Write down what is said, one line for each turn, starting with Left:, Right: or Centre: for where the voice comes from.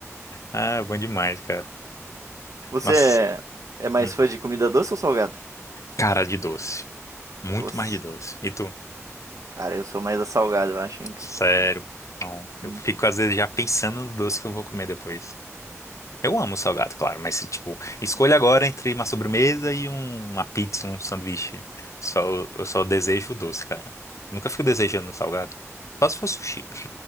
Left: Ah, bom demais, cara.
Right: Você
Left: Nossa,
Right: é, é mais
Left: hum.
Right: fã de comida doce ou salgada?
Left: Cara de doce. Muito
Right: Doce.
Left: mais de doce. E tu?
Right: Cara, eu sou mais a salgada, eu acho, hein, cara.
Left: Sério, pô. não. Eu
Right: Hum.
Left: fico às vezes já pensando no doce que eu vou comer depois. Eu amo salgado, claro, mas tipo, escolha agora entre uma sobremesa e um- uma pizza, um sanduíche. Só, eu só desejo o doce, cara. Nunca fico desejando salgado. Só se for sushi,